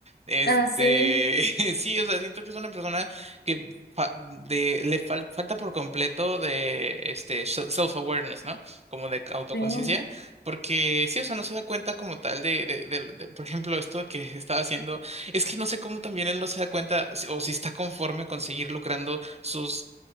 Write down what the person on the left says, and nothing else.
Ah, sí,
sí. Ujú,